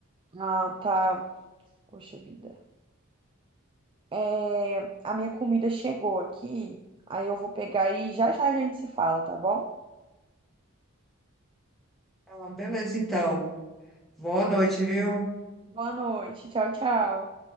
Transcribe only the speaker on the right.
Ah, tá. Poxa vida. É, a minha comida chegou aqui. Aí eu vou pegar e já já a gente se fala, tá bom?
Boa noite. Tchau, tchau.